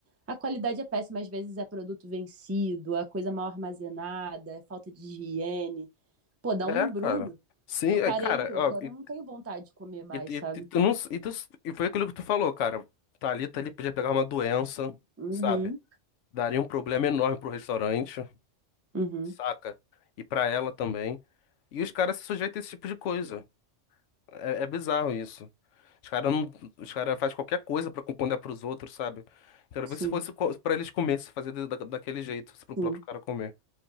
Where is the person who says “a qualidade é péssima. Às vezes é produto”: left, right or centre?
Right